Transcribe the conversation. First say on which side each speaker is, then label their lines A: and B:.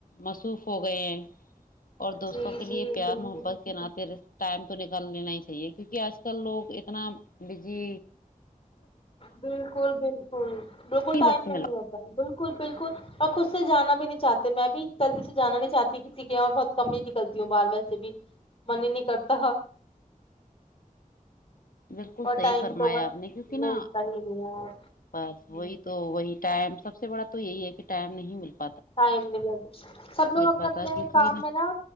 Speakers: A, on the left; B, on the left.
A: مصروف ہو گئے ہیں اور دوستوں
B: جی
A: کے لیے
B: جی
A: پیار
B: بالکل
A: محبت کے ناطے ٹائم تو نکال لینا ہی چاہیے کیونکہ آج آج کل لوگ اتنا بجی
B: بالکل بالکل بالکل بالکل
A: ہی
B: ٹائم
A: وقت
B: نہیں
A: ملا
B: ہوتا بالکل بالکل اور خود سے جانا بھی نہیں چاہتے میں بھی جلدی سے جانا نہیں چاہتی کسی کے یہاں بہت کم ہی نکلتی ہوں باہر ویسے بھی من ہی نہیں کرتا
A: بالکل
B: اور
A: صحیح
B: ٹائم
A: فرمایا
B: تو بس
A: آپ نے کیونکہ نا
B: ملتا ہی نہیں ہے
A: بس وہی تو وہی ٹائم سب سے بڑا تو یہی ہے کہ ٹائم نہیں ملتا
B: ٹائم مل گ سب لوگ اپنے
A: پاتا
B: اپنے
A: کیونکہ
B: کام میں نا